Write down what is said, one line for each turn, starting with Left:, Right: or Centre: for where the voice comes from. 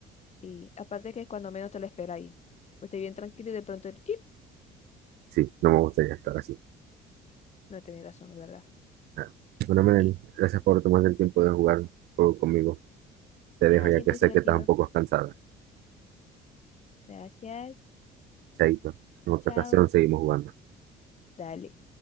Left: Y aparte que cuando menos te lo espera ahí. Pues estoy bien tranquilo y de pronto el ¡ip!
Right: Sí, no me gustaría estar así.
Left: No tenés razón, es verdad.
Right: Ah. Bueno, Melanie,
Left: Y,
Right: gracias por tomarte el tiempo de jugar un juego conmigo. Te dejo
Left: ah,
Right: ya
Left: siempre
Right: que sé
Left: es divertido.
Right: que estás un poco cansada.
Left: Gracias.
Right: Chaito, en otra
Left: Chao.
Right: ocasión seguimos jugando.
Left: Dale.